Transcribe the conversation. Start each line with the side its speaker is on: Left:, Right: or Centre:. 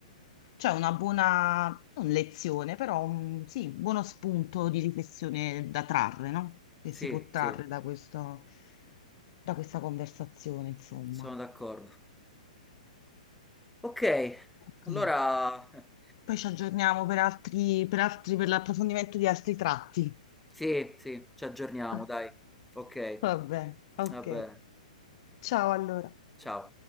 Left: cioè una buona, non lezione, però un, sì, buono spunto di riflessione da trarre, no? Che
Centre: Sì,
Left: si può trarre
Centre: sì,
Left: da questo, da questa conversazione, insomma.
Centre: sono d'accordo. Ok,
Left: Ok.
Centre: allora <laughs>
Left: Poi ci aggiorniamo per altri, per altri, per l'approfondimento di altri tratti.
Centre: sì, sì, ci aggiorniamo,
Left: <laughs> Ok.
Centre: dai. Ok,
Left: Vabbè, ok.
Centre: va bene.
Left: Ciao allora.
Centre: Ciao.